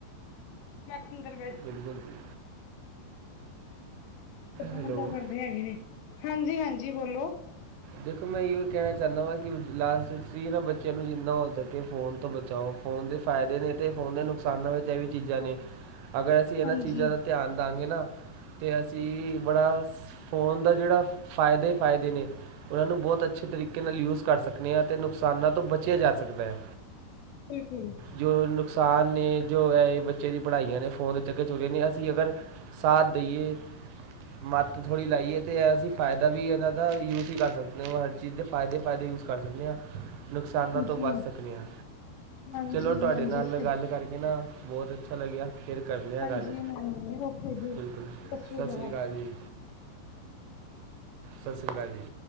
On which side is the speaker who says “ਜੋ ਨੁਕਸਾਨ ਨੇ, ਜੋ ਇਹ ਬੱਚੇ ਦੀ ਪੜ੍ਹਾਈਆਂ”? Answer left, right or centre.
Right